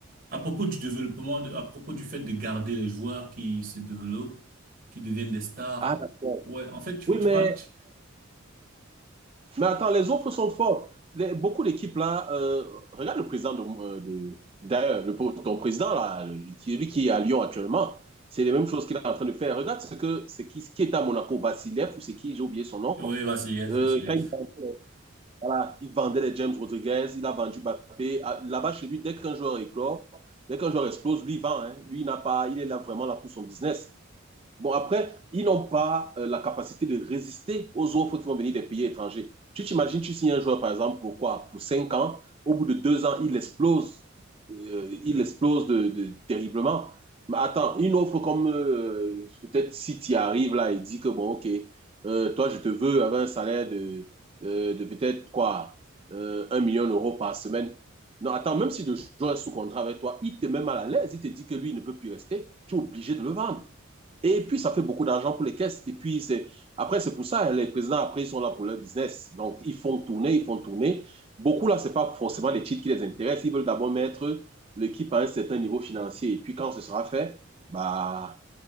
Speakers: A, on the right; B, on the right.
A: À propos du développement, de- à propos du fait de garder les joueurs qui se développent, qui deviennent des stars.
B: Ah, d'accord.
A: Ouais, en fait, tu,
B: Oui,
A: tu
B: mais...
A: vois, tu...
B: Mais attends, les offres sont fortes. Les- beaucoup d'équipes là, euh, regarde le président de, euh, de- d'ailleurs, le, ton président là, qui- lui qui est à Lyon actuellement, c'est les mêmes choses qu'il est en train de faire. Regarde ce que c'est qui, qui est à Monaco, Vassilev ou c'est qui, j'ai oublié son nom.
A: ouais, Vassiliev,
B: Euh,
A: Vassiliev.
B: quand il, vendait, voilà, il vendait les James Rodriguez, il a vendu Mbappé. Ah, Là-bas chez lui, dès qu'un joueur éclore, dès qu'un joueur explose, lui il vend. hein. Lui il n'a pas, il est là vraiment là pour son business. Bon, après, ils n'ont pas euh, la capacité de résister aux offres qui vont venir des pays étrangers. Tu t'imagines, tu signes un joueur, par exemple, pour quoi? Pour 5 ans. Au bout de 2 ans, il explose. Euh, il explose de, de- terriblement. Mais attends, une offre comme euh, peut-être si tu arrives là et dis que bon, ok, euh, toi, je te veux avec un salaire de, euh, de peut-être quoi? Euh, 1 million d'euros par semaine. Non, attends, même si le joueur est sous contrat avec toi, il te met mal à l'aise. Il te dit que lui, il ne peut plus rester. Tu es obligé de le vendre. Et puis, ça fait beaucoup d'argent pour les caisses. Et puis, c'est, après, c'est pour ça, les présidents, après, ils sont là pour leur business. Donc, ils font tourner, ils font tourner. Beaucoup, là, c'est pas forcément les titres qui les intéressent. Ils veulent d'abord mettre l'équipe à un certain niveau financier. Et puis, quand ce sera fait, bah,